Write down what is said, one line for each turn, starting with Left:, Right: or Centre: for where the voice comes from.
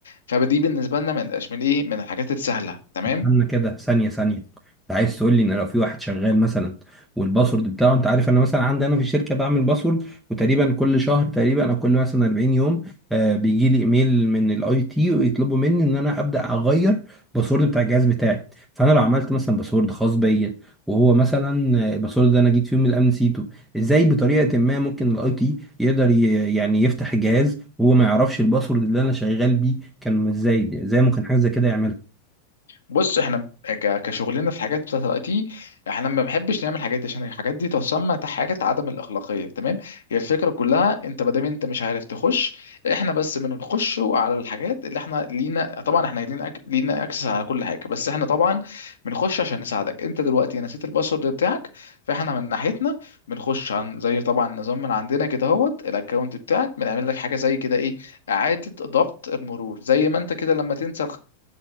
Left: فدي بالنسبه لنا من من ايه من الحاجات السهله تمام
Centre: استنى كده ثانية ثانية انت عايز تقول لي ان لو في واحد شغال مثلا والباسورد بتاعه انت عارف انا مثلا عندي انا في الشركة بعمل باسورد وتقريبا كل شهر تقريبا او كل مثلا 40 يوم آه بيجي لي ايميل من الاي تي ويطلبوا مني ان انا ابدا اغير باسورد بتاع الجهاز بتاعي فانا لو عملت مثلا باسورد خاص بيا وهو مثلا آه، الباسورد ده انا جيت فيه من الامن نسيته ازاي بطريقة ما ممكن الاي تي يقدر ي- يعني يفتح الجهاز وهو ما يعرفش الباسورد اللي انا شغال بيه كان ازاي ازاي ممكن حاجة زي كده يعملها
Left: بص احنا ك- كشغلنا في الحاجات بتاعت الاي تي احنا ما بنحبش نعمل الحاجات دي عشان الحاجات دي تسمى تح- حاجه عدم الاخلاقيه تمام هي الفكره كلها انت ما دام انت مش عارف تخش احنا بس بنخش على الحاجات اللي احنا لينا طبعا احنا لينا أك- لينا اكسس على كل حاجه بس احنا طبعا بنخش عشان نساعدك انت دلوقتي نسيت الباسورد بتاعك فاحنا من ناحيتنا بنخش عن زي طبعا نظام من عندنا كده اهوت الاكونت بتاعك بنعمل لك حاجه زي كده ايه اعاده ضبط المرور زي ما انت كده لما تنسى